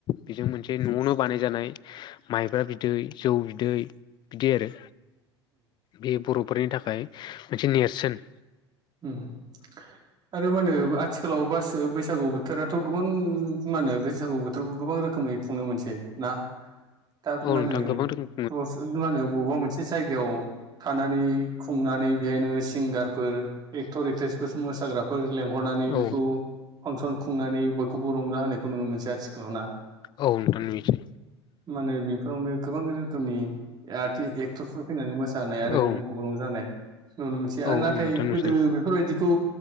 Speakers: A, on the left (about 30°); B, on the right (about 30°).
A: बेजों मोनसे न'आवनो बानाय जानाय माइब्रा बिदै जौ बिदै बिदि आरो बे बर'फोरनि थाखाय मोनसे नेरसोन
B: ओम <inaudible> आरो मा होनो आथिखालाव बास बैसागु बोथोराथ' गोबां मानो बैसागु बोथोरखौथ' गोबां रोखोमै खुंनो मोनसै ना? दा
A: औ
B: मा
A: नोंथां गोबां रोख
B: <unintelligible> मा होनो बबेबा मोनसे जायगायाव थानानै खुंनानै बेहायनो सिंगारफोर एक्टर एक्ट्रेसफोर मोसाग्राफोर लेंहरनानै
A: औ
B: बेखौ फांसन खुंनानै बयखौबो रंजा होनाय नुनो मोनसै आथिखालाव ना
A: औ नोंथां नुयोसै
B: माने बेफोरावनो गोबां रोखोमनि आर्टिस् एक्टरफोर फैनानै मोसानाय आरो
A: औ
B: गुबुनखौबो रंजानाय नुनो मोनसै
A: औ
B: आरो नाथाय
A: औ नोंथां नुसै
B: गोदो बेफोरबायदिखौ